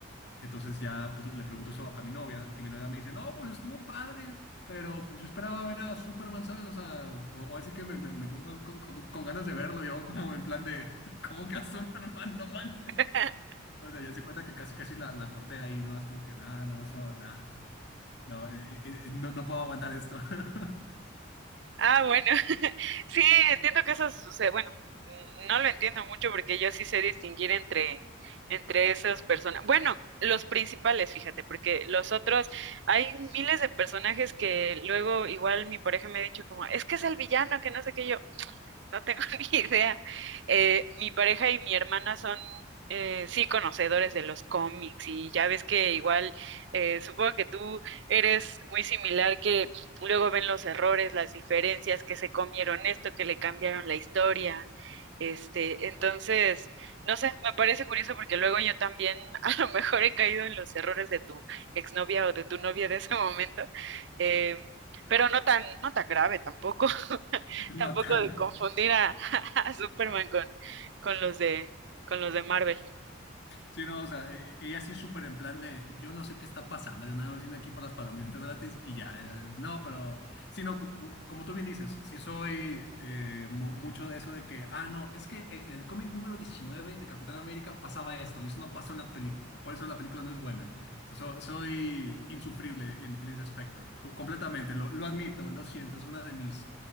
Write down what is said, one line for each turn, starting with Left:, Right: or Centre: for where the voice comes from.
Left: Entonces ya pues, le pregunto eso a mi novia y mi novia me dice, no, pues estuvo padre, pero pues yo esperaba ver a Superman, ¿sabes? O sea, o, o así que me, me, me quedé con, con- con- con ganas de verlo, yo como en plan de, <laughs> ¿cómo que a Superman? No manches.
Right: <laughs>
Left: O sea, ya se cuenta que casi casi la, la corté ahí, ¿no? Así como que, nada, no, eso, nada. No, eh, eh, eh, no, no puedo aguantar esto. <laughs>
Right: Ah, bueno, <laughs> sí, entiendo que eso sucede. Bueno, mm, no lo entiendo mucho porque yo sí sé distinguir entre, entre esas personas. Bueno, los principales, fíjate, porque los otros, hay miles de personajes que luego igual mi pareja me ha dicho como, es que es el villano, que no sé qué yo. No tengo <laughs> ni idea. Eh, mi pareja y mi hermana son, eh, sí, conocedores de los cómics y ya ves que igual, eh, supongo que tú eres muy similar, que luego ven los errores, las diferencias, que se comieron esto, que le cambiaron la historia. Este, entonces, no sé, me parece curioso porque luego yo también <laughs> a lo mejor he caído en los errores de tu exnovia o de tu novia de ese momento, eh, pero no tan, no tan grave tampoco tampoco
Left: No tan.
Right: de confundir a, <laughs> a Superman con, con los de, con los de Marvel.
Left: Sí, no, o sea, e- e, ella sí súper en plan de, yo no sé qué está pasando, yo nada más vine aquí por las palomitas gratis y ya, eh, no, pero, sí, no, co- co- como tú bien dices, sí soy eh, mu- mucho de eso de que, ah, no, es que en en el cómic número 19 de Capitán América pasaba esto y eso no pasó en la película, por eso la película no es buena, o sea, so- soy insufrible en, en ese aspecto, co- completamente, lo, lo admito, lo siento, es una de mis